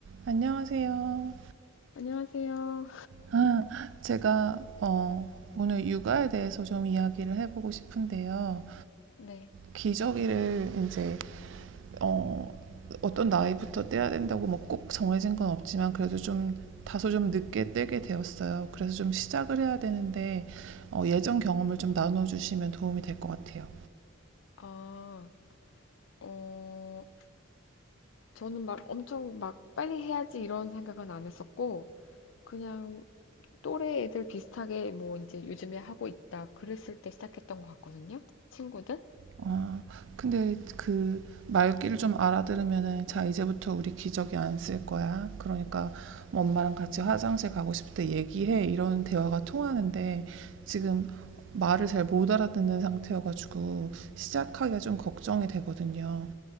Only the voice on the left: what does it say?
안녕하세요.
네.
아, 어, 저는 막 엄청 막 빨리 해야지 이런 생각은 안 했었고, 그냥 또래 애들 비슷하게 뭐 이제 요즘에 하고 있다 그랬을 때 시작했던 것 같거든요. 친구들?